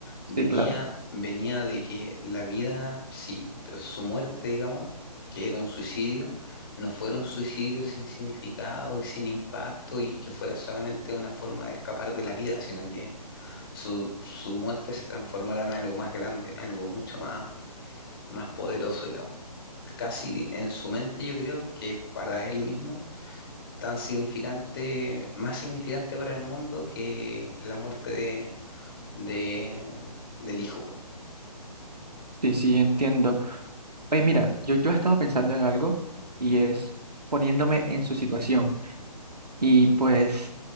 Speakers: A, on the left; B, on the right.
A: venía,
B: sí, claro,
A: venía de que la vida, si su muerte, digamos, que era un suicidio, no fuera un suicidio sin significado y sin impacto y que fuera solamente una forma de escapar de la vida, sino que su, su muerte se transformara en algo más grande, en algo mucho más más poderoso, digamos. Casi en su mente yo creo que para él mismo, tan significante, más significante para el mundo que la muerte de, de- del hijo. po.
B: sí, sí, entiendo. Oye, mira, yo, yo estaba pensando en algo y es poniéndome en su situación y pues